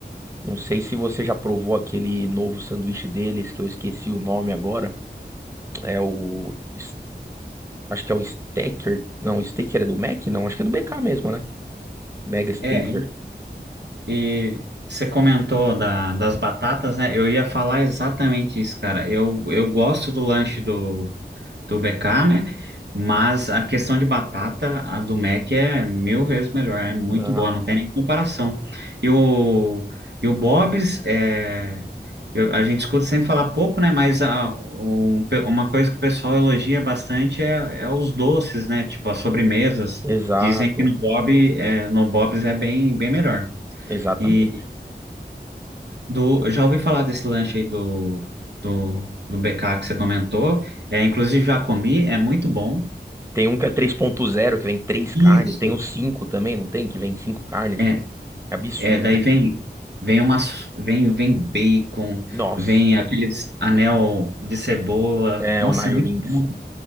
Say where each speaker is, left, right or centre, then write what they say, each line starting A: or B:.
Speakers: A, on the right; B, on the right.
A: Não sei se você já provou aquele novo sanduíche deles, que eu esqueci o nome agora. É o. es- Acho que é o Stacker. Não, o Staker é do Mac? Não, acho que é do BK mesmo, né? Mega Staker.
B: É, e você comentou da, das batatas, né? Eu ia falar exatamente isso, cara. Eu, eu gosto do lanche do, do BK, né? Mas a questão de batata, a do Mac é mil vezes melhor. É muito
A: Ah,
B: boa, não tem nem comparação. E o, e o Bob's, é. Eu- a gente escuta sempre falar pouco, né? Mas a- um pe- uma coisa que o pessoal elogia bastante é, é os doces, né? Tipo, as sobremesas.
A: exato,
B: Dizem que no Bob, é, no Bob's é bem, bem melhor.
A: exatamente.
B: E do, eu já ouvi falar desse lanche aí do, do, do BK que você comentou. É, inclusive, já comi, é muito bom.
A: Tem um que é 3.0, que vem três carnes.
B: Isso.
A: Tem o 5 também, não tem? Que vem cinco carnes.
B: É,
A: É absurdo.
B: é, daí vem
A: assim.
B: vem umas vem vem bacon,
A: Nossa.
B: vem aqueles anel de cebola.
A: É,
B: Nossa,
A: o Nine
B: é muito
A: Rings.
B: bom.